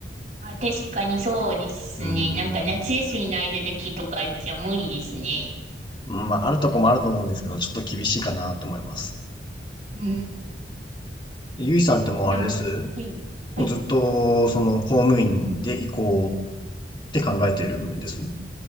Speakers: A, on the right (about 40°); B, on the left (about 25°).
A: あ、確かにそうですね。
B: うーん。
A: なんか夏休みの間だけとかじゃ無理ですね。
B: まあ、あるとこもあると思うんですけど、ちょっと厳しいかなと思います。
A: うん。
B: ゆいさんってもうあれです
A: ちなみに、はい、はい。
B: もうずっと、その、公務員で行こうって考えてるんです